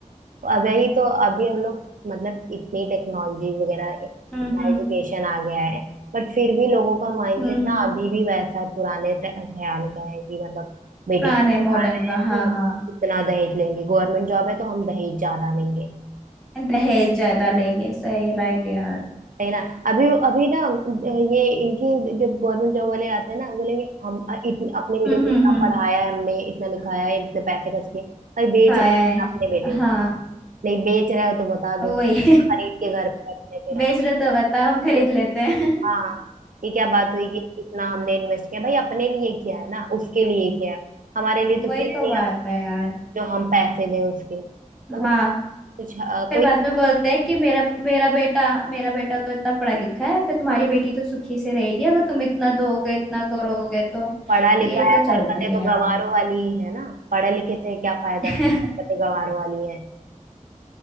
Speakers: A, on the right (about 85°); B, in the centre.
A: वही तो अभी हम लोग मतलब इतनी टेक्नोलॉजी वगैरह इतना
B: हम्म हम्म
A: एजुकेशन आ गया है बट फिर भी लोगों का माइंडसेट
B: हम्म
A: ना
B: हम्म।
A: अभी भी वैसा है पुराने ते- ख्याल का है कि मतलब बेटे
B: पुराने
A: को
B: मॉडर्न
A: पढ़ा रहे
B: का
A: हैं
B: हाँ
A: तो
B: हाँ
A: इतना दहेज लेंगे गवर्नमेंट जॉब है तो हम दहेज ज्यादा लेंगे
B: दहेज ज्यादा लेंगे सही राइट यार
A: है ना अभी अभी ना ये इनकी जो गवर्नमेंट जॉब वाले आते हैं ना बोलेंगे हम इतने अपने बेटे
B: हम्म
A: को
B: हम्म
A: इतना
B: हम्म
A: पढ़ाया है हमने इतना लिखाया है इतने पैसे खर्च किए भाई बेच
B: खाया
A: रहे हैं
B: है
A: अपने बेटे
B: हाँ
A: नहीं बेच रहे हो तो बता दो
B: वही <laughs>
A: खरीद के घर पे रख रहे फिर
B: बेच
A: हम
B: रहे तो बताओ हम खरीद लेते हैं <laughs>
A: हाँ हाँ, ये क्या बात हुई कि इतना हमने इन्वेस्ट किया भाई अपने लिए किया है ना उसके लिए किया है हमारे लिए तो
B: वही
A: किया
B: तो
A: नहीं
B: बात
A: आपने
B: है यार
A: जो हम पैसे दें उसके मतलब
B: हाँ
A: कुछ अ,
B: फिर
A: कोई
B: बाद में बोलते हैं कि मेरा मेरा बेटा मेरा बेटा तो इतना पढ़ा लिखा है फिर तुम्हारी बेटी तो सुखी से रहेगी अगर तुम इतना दोगे इतना करोगे तो
A: पढ़ा लिखा
B: ये तो
A: है
B: चलता
A: हरकतें
B: ही है
A: तो
B: यार
A: गंवारों वाली ही है ना पढ़े लिखे से क्या फायदा
B: <laughs>
A: है जब हरकतें गंवारों वाली है